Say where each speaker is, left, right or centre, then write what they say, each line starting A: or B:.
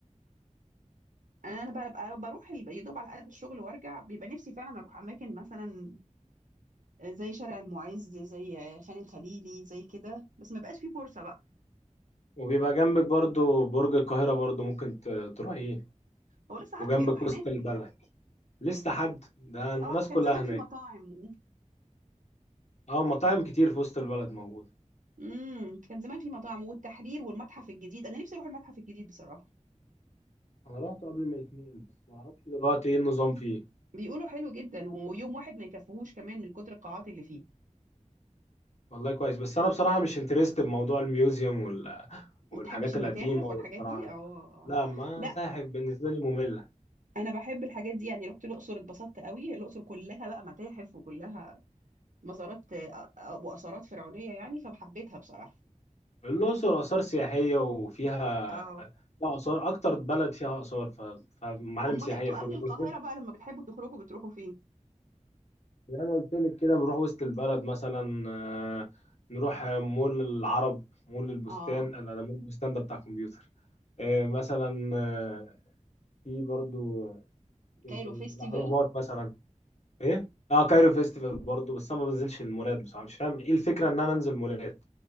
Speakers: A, on the right; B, on the left.
A: يعني انا بقى بقى بروح ال- يا دوب على قد الشغل وارجع بيبقى نفسي فعلا اروح اماكن مثلا آه، زي شارع المعز زي خان الخليلي زي كده بس ما بقاش فيه فرصه بقى
B: وبيبقى جنبك برضو برج القاهره برضو ممكن ت- تروحيه
A: هو لسه
B: وجنبك
A: حد بيروح
B: وسط
A: هناك
B: البلد لسه حد ده الناس
A: اه كان
B: كلها
A: زمان
B: هناك
A: في مطاعم و...
B: اه مطاعم كتير في وسط البلد موجوده
A: امم كان زمان في مطاعم والتحرير والمتحف الجديد انا نفسي اروح المتحف الجديد بصراحه
B: انا رحت قبل ما اتنين بس ما اعرفش دلوقتي ايه النظام فيه
A: بيقولوا حلو جدا ويوم واحد ما يكفيهوش كمان من كتر القاعات اللي فيه
B: والله كويس بس انا بصراحه مش انترست بموضوع الميوزيوم وال...
A: ما
B: والحاجات
A: تحبش المتاحف
B: القديمه والفراعنه
A: والحاجات دي اه آه،
B: لا ما
A: آه.
B: متاحف بالنسبه لي ممله
A: انا بحب الحاجات دي يعني رحت الاقصر اتبسطت قوي الاقصر كلها بقى متاحف وكلها مزارات آه، آه، واثارات فرعونيه يعني فحبيتها بصراحه
B: الأقصر آثار سياحية وفيها
A: اه
B: فيها آثار أكتر بلد فيها آثار ف- فمعالم
A: امال
B: سياحية
A: انتوا
B: فبالنسبة
A: اهل القاهره
B: لي
A: بقى لما بتحبوا تخرجوا بتروحوا فين
B: زي ما قلت لك كده بنروح وسط البلد مثلا آه، نروح مول العرب مول البستان
A: اه
B: أنا ده مول البستان ده بتاع كمبيوتر آه، مثلا آه، في برضو يمكن
A: كايرو فيستيفال
B: الأهرامات مثلا إيه؟ اه كايرو فيستيفال برضو بس انا ما بنزلش المولات بصراحه مش فاهم ايه الفكره ان انا انزل مولات